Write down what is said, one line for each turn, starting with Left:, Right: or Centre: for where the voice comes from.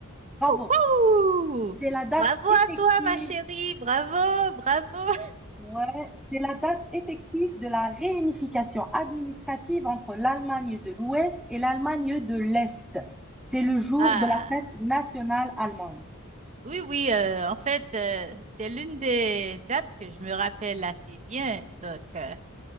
Centre: Bravo.
Right: Wouhou!
Centre: C'est la date
Right: Bravo
Centre: effective.
Right: à toi, ma chérie. Bravo, bravo.
Centre: Ouais, c'est la date effective de la réunification administrative entre l'Allemagne de l'Ouest et l'Allemagne de l'Est. C'est le jour
Right: Ah,
Centre: de la fête nationale allemande.
Right: oui, oui. euh, en fait, euh, c'est l'une des dates que je me rappelle assez bien. Donc, euh,